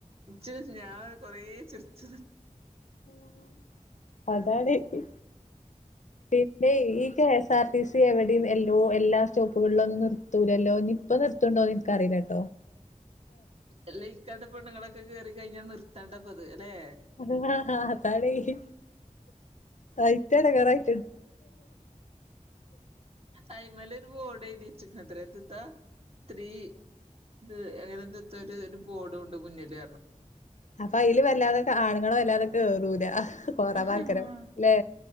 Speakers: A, on the right (about 50°); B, on the left (about 65°).
A: ച്ച് ഞാൻ കൊറേ ച്ചിർച്ച്
B: ഹലോ അതാണേയ് പിന്നെ ഈ ക്യാഷ് താർട്ടീസി എവിടിം എല്ലോ എല്ലാ സ്റ്റോപ്പുകളിലൊന്നും നിർത്തൂലല്ലോ ഇനി ഇപ്പ നിർത്തുണ്ടോ എന്ന് എനിക്കറിയില്ല
A: അല്ല ഇക്കണ്ട പെണ്ണുങ്ങളൊ ക്കെ കേറി കഴിഞ്ഞാ നിർത്തണ്ടപ്പത് അല്ലെ
B: അത് ആ ആ അതാണേയ് ഐറ്റ എടങ്ങാറായി
A: അയ്മല് ഒരു ബോടെഴുതി വെ ച്ച്ക്ക്ണത്രേ എന്ത്ത്താ സ്ത്രീ എ അങ്ങനെ എന്ത്താ ഒരു ബോഡുണ്ട് മുന്നില് അറിഞ്ഞു
B: അപ്പൊ അയില് വല്ലാതെ ആണുങ്ങള് വല്ലാതെ കേറൂല അഹ് കൊറവാക്കരം
A: പറഞ്ഞു
B: ല്ലേ